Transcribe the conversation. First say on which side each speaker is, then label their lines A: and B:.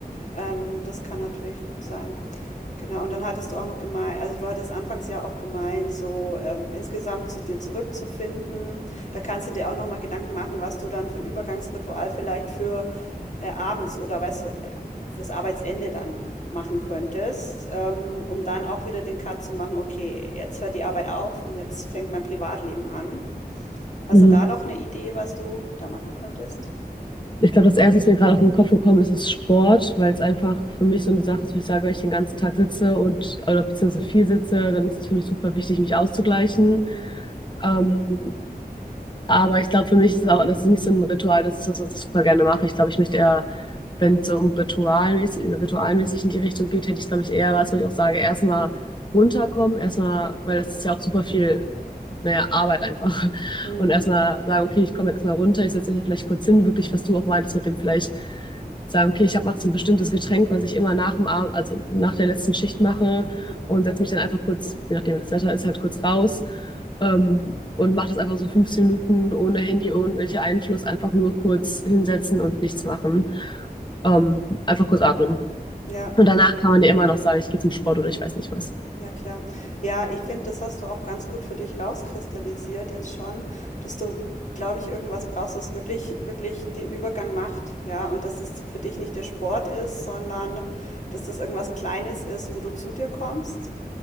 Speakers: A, on the left (about 50°); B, on the left (about 30°).
A: Ähm, das kann natürlich gut sein. Genau, und dann hattest du auch noch gemeint also, du hattest anfangs ja auch gemeint, so, ähm, insgesamt zu dir zurückzufinden. Da kannst du dir auch noch mal Gedanken machen, was du dann für ein Übergangsritual vielleicht für, äh, abends oder weißt du, äh, fürs Arbeitsende dann machen könntest, ähm, um dann auch wieder den Cut zu machen: „Okay, jetzt hört die Arbeit auf und jetzt fängt mein Privatleben an.“ Hast
B: Mhm.
A: du da noch eine Idee, was du da machen könntest?
B: Ich glaube, das Erste, was mir gerade auf den Kopf gekommen ist, ist Sport, weil es einfach für mich so eine Sache ist, wo ich sage, wenn ich den ganzen Tag sitze und oder beziehungsweise viel sitze, dann ist es für mich super wichtig, mich auszugleichen.
A: Mhm. Mhm.
B: Ähm, Aber ich glaube, für mich ist es auch, das ist nicht so ein Ritual, das ist das, was ich super gerne mache. Ich glaube, ich möchte eher, wenn es so um ritualmäßig, ritualmäßig in die Richtung geht, hätte ich, glaube ich, eher was, wo ich auch sage, erstmal runterkommen, erstmal, weil das ist ja auch super viel, naja, Arbeit einfach. <laughs>
A: Mhm.
B: Und erstmal sagen, okay, ich komme jetzt erstmal runter, ich setze mich hier vielleicht kurz hin, wirklich, was du auch meintest mit dem vielleicht sagen, okay, ich habe jetzt ein bestimmtes Getränk, was ich immer nach dem Abend, also nach der letzten Schicht mache
A: Mhm.
B: und setze mich dann einfach kurz, je nachdem wie das Wetter ist, halt kurz raus ähm, und mache das einfach so 15 Minuten ohne Handy, ohne welchen Einfluss, einfach nur kurz hinsetzen und nichts machen. Ähm, einfach kurz atmen.
A: Ja.
B: Und danach kann man ja immer noch sagen, ich gehe zum Sport oder ich weiß nicht was.
A: Ja, klar. Ja, ich finde, das hast du auch ganz gut für dich rauskristallisiert jetzt schon, dass du, glaube ich, irgendwas brauchst, was wirklich, wirklich den Übergang macht. Ja, und dass es für dich nicht der Sport ist, sondern dass das irgendwas Kleines ist, wo du zu dir kommst.